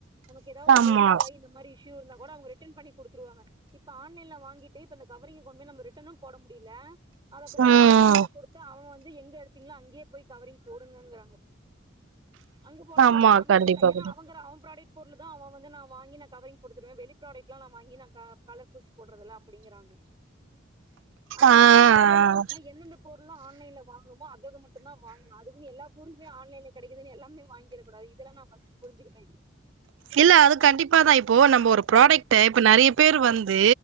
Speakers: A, on the right; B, on the right.
A: நமக்கு ஏதாவ ஒரு
B: ஆமா
A: டேமேஜ் ஆயி இந்த மாரி இஷ்யு இருந்தா கோட அவுங்க ரிட்டர்ன் பண்ணி குடுத்துருவாங்க இப்ப ஆன்லைன்ல வாங்கிட்டு இப்ப இந்த கவரிங்க கொண்டு போய் நம்ம ரிட்டர்னும் போட முடில அதை கொண்டு போய்
B: ம்
A: கவரிங் கடையில குடுத்து அவ வந்து எங்க எடுத்தீங்களோ அங்கேயே போய் கவரிங் போடுங்கங்கறாங்க அங்க போட
B: ஆமா
A: சொல்றாங்க நம்ப
B: கண்டிப்பா
A: கடையில ஏன்னா
B: கண்டிப்பா
A: அவங்க அவங்க பிராடக்ட் போ தா அவன் வந்து நா வாங்கி நா கவரிங் போட்டுத் தருவே வெளி ப்ராடக்ட்லா நா வாங்கி நா க கலர் பூசி போடுறதல்ல அப்படிங்கறாங்க அதுல
B: ஆ
A: இருந்து நா
B: ஆ
A: என்ன தெரிஞ்சுட்டனா
B: ஆ
A: எந்தந்த பொருள் லா ஆன் லைன்ல வாங்கனுமோ அதது மட்டுந்தா வாங்கணு அதுக்குன்னு எல்லா பொருளும் போய் ஆன்லைன்ல கெடைக்குதுன்னு எல்லாமே வாங்கிறக்கூடாது இதல்ல நா ஃபர்ஸ்ட் புரிஞ்சுக்கிட்டே
B: இல்ல அது கண்டிப்பா தா இப்போ நம்ம ஒரு ப்ராடக்ட இப்ப நறைய பேர் வந்து